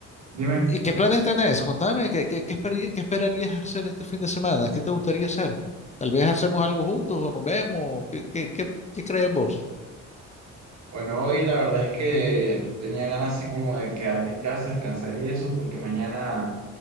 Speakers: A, on the right; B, on the left.
A: dime.
B: ¿Y qué planes tenés? Contame, ¿qué, qué, qué esperi- qué esperarías hacer este fin de semana? ¿Qué te gustaría hacer? Tal vez hacemos algo juntos o nos vemos. ¿Qué, qué, qué, qué crees vos?
A: Bueno, hoy la verdad es que tenía ganas así como de quedarme en casa, descansar y eso, porque mañana